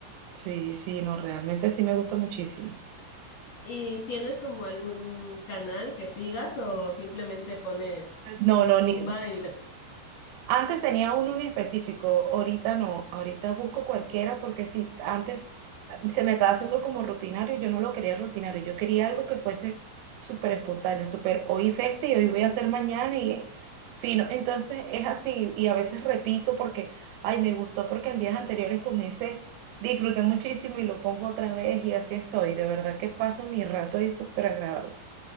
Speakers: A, on the right; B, on the left.
A: Sí, sí, no, realmente sí me gusta muchísimo.
B: ¿Y tienes como algún canal que sigas o simplemente pones
A: no
B: Zumba
A: No, ni
B: y... le-
A: Antes tenía uno en específico, ahorita no, ahorita busco cualquiera porque si antes ah, se me estaba haciendo como rutinario, yo no lo quería rutinario, yo quería algo que fuese súper espontáneo, súper, hoy hice este y hoy voy a hacer mañana y eh, fino. Entonces es así y a veces repito porque, ay, me gustó porque en días anteriores con ese disfruté muchísimo y lo pongo otra vez y así estoy, de verdad que paso mi rato y súper agradable.